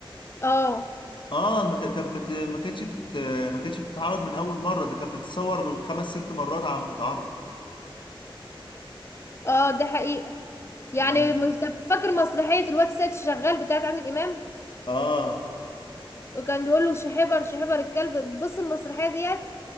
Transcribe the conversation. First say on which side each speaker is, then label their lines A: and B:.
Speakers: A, on the left (about 30°); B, on the left (about 60°).
A: اه
B: اه ما ك- كانت بت... ما كانتش بتت... ما كانتش بتتعرض من اول مره ده كانت بتتصور خمس ست مرات على ما تتعرض
A: اه ده حقيقه يعني
B: يعني
A: مفت- فاكر مسرحية الواد سيد شغال بتاعت عادل إمام
B: اه
A: وكان بيقول له شحبر شحبر الكلب بص المسرحية ديت